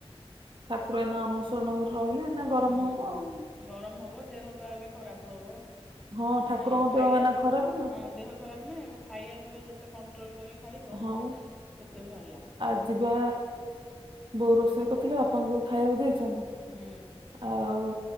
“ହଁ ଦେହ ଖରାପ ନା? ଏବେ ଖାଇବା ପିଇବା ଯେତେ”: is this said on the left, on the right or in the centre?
Centre